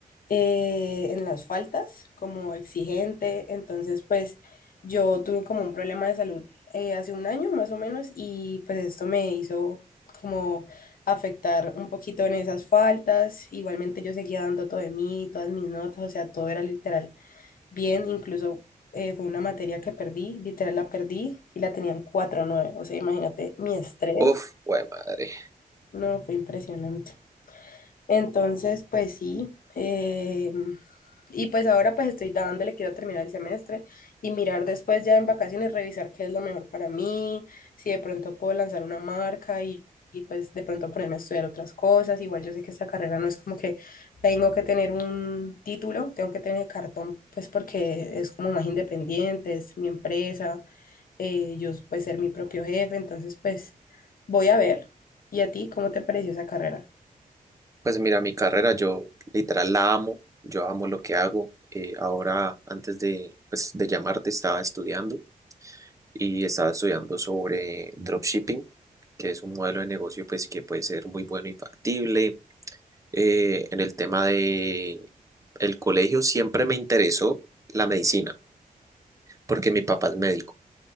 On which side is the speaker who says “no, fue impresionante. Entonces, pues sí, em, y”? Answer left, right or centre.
Left